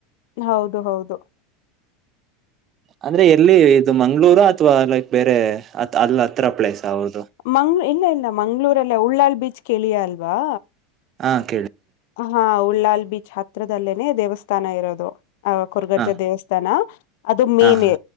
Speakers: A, on the left; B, on the right.
A: ಹೌದು ಹೌದು
B: ಅಂದ್ರೆ ಎಲ್ಲಿ ಇದು ಮಂಗ್ಗಳೂರು ಅಥವಾ ಲೈಕ್ ಬೇರೆ ಅಲ್ ಹತ್ರ ಪ್ಲೇಸ್ ಹೌದು
A: ಮಂಗ್ ಇಲ್ಲ ಇಲ್ಲ ಮಂಗ್ಗಳೂರಲ್ಲ ಉಳ್ಳಾಲ್ ಬೀಚ್ ಕ ಕೆಳಿಯಾಲ್ವಾ
B: ಆಠ
A: ಹಾ ಉಳ್ಳಾಲ್ ಬೀಚ್ ಹತ್ರದಲ್ಲೇನೆ ದೇವಸ್ಥಾನ ಇರೋದು ಆ ಕೊರಗಜ್ಜ
B: ಹಾ
A: ದೇವಸ್ಥಾನ ಅದು ಮೇಲೆ
B: ಹಾ ಹಾ